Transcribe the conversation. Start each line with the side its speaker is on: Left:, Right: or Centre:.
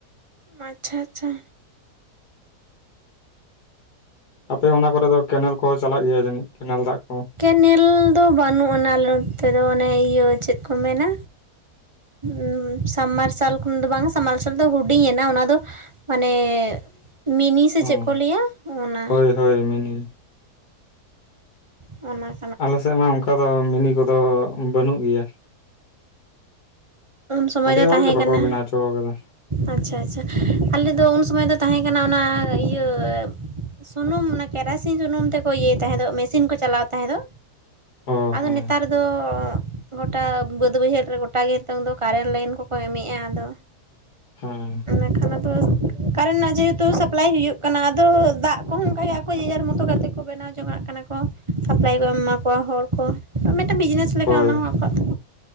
Right: ᱟᱪᱪᱷᱟ ᱟᱪᱪᱷᱟ᱾
Left: ᱟᱯᱮ ᱚᱱᱟ ᱠᱚᱨᱮ ᱫᱚ ᱠᱮᱱᱮᱞ ᱠᱚᱦᱚᱸ ᱪᱟᱞᱟᱜ ᱜᱮᱭᱟ ᱡᱟᱹᱱᱤᱡ, ᱠᱮᱱᱮᱞ ᱫᱟᱜ ᱠᱚ?
Right: ᱠᱮᱱᱮᱞ ᱫᱚ ᱵᱟᱹᱱᱩᱜ ᱟᱱᱟ ᱟᱞᱮ ᱱᱚᱱᱛᱮ ᱫᱚ ᱚᱱᱮ ᱤᱭᱟᱹ ᱪᱮᱫ ᱠᱚ ᱢᱮᱱᱟ᱾ ᱩᱸᱻ ᱥᱟᱵᱽ ᱢᱟᱨᱥᱟᱞ ᱠᱷᱚᱱ ᱫᱚ ᱵᱟᱝ, ᱥᱟᱵᱽ ᱢᱟᱨᱥᱟᱞ ᱫᱚ ᱦᱩᱰᱤᱧᱮᱱᱟ ᱚᱱᱟ ᱫᱚ ᱢᱟᱱᱮ ᱢᱤᱱᱤ ᱥᱮ
Left: ᱦᱚᱸ
Right: ᱪᱮᱫ ᱠᱚ ᱞᱟᱹᱭᱟ ᱚᱱᱟ
Left: ᱦᱳᱭ ᱦᱳᱭ, ᱢᱤᱱᱤ
Right: ᱚᱱᱟ,
Left: ᱟᱞᱮ ᱥᱮᱫ ᱢᱟ ᱚᱱᱠᱟ ᱫᱚ ᱢᱤᱱᱤ ᱠᱚᱫᱚ ᱵᱟᱹᱱᱩᱜ ᱜᱮᱭᱟ᱾
Right: ᱩᱱ ᱥᱚᱢᱚᱭ
Left: ᱟᱹᱰᱤ
Right: ᱫᱚ
Left: ᱦᱚᱲᱜᱮ
Right: ᱛᱟᱦᱮᱸ
Left: ᱵᱟᱠᱚ
Right: ᱠᱟᱱᱟ
Left: ᱵᱮᱱᱟᱣ ᱦᱚᱪᱚ ᱠᱟᱫᱟ᱾
Right: ᱟᱪᱪᱷᱟ ᱟᱪᱪᱷᱟ ᱟᱞᱮ ᱫᱚ ᱩᱱ ᱥᱚᱢᱚᱭ ᱫᱚ ᱛᱟᱦᱮᱸ ᱠᱟᱱᱟ ᱚᱱᱟ ᱤᱭᱟᱹ ᱥᱩᱱᱩᱢ ᱚᱱᱟ ᱠᱮᱨᱟᱥᱤᱱ ᱥᱩᱱᱩᱢ ᱛᱮᱠᱚ ᱤᱭᱟᱹᱭ ᱛᱟᱦᱮᱸ ᱫᱚ ᱢᱮᱥᱤᱱ ᱠᱚ ᱪᱟᱞᱟᱣ ᱛᱟᱦᱮᱸ ᱫᱚ,
Left: ᱚ
Right: ᱟᱫᱚ
Left: ᱦᱮᱸ
Right: ᱱᱮᱛᱟᱨ ᱫᱚ ᱜᱚᱴᱟ ᱵᱟᱹᱫ ᱵᱟᱹᱭᱦᱟᱹᱲ ᱨᱮ ᱜᱚᱴᱟ ᱜᱮ, ᱱᱤᱛᱚᱝ ᱫᱚ ᱠᱟᱨᱮᱱᱴ ᱞᱟᱭᱤᱱ ᱠᱚᱠᱚ ᱮᱢᱮᱜᱼᱟ ᱟᱫᱚ,
Left: ᱦᱮᱸ,
Right: ᱠᱷᱟᱱ ᱟᱫᱚ ᱠᱟᱨᱮᱱ ᱨᱮᱱᱟᱜ ᱡᱮᱦᱮᱛᱩ ᱥᱟᱯᱞᱟᱭ ᱦᱩᱭᱩᱜ ᱠᱟᱱᱟ ᱟᱫᱚ ᱫᱟᱜ ᱠᱚᱦᱚᱸ ᱚᱱᱠᱟ ᱜᱮ ᱟᱠ ᱡᱮᱡᱟᱨ ᱢᱚᱛᱚ ᱠᱟᱛᱮ ᱠᱚ ᱵᱮᱱᱟᱣ ᱡᱚᱝ-ᱟᱜ ᱠᱟᱱᱟ ᱠᱚ ᱥᱟᱯᱞᱟᱭ ᱵᱟᱢ ᱮᱢᱟ ᱠᱚᱣᱟ ᱦᱚᱲ ᱠᱚ ᱢᱤᱫᱴᱮᱱ ᱵᱤᱡᱽᱱᱮᱥ, ᱞᱮᱠᱟ
Left: ᱦᱳᱭ,
Right: ᱚᱱᱟ ᱦᱚᱸ ᱟᱠᱚᱣᱟᱜ ᱛᱟᱠᱚ